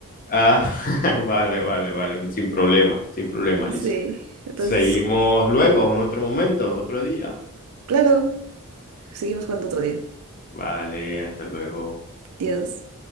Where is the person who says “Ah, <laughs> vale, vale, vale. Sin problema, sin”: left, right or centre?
Left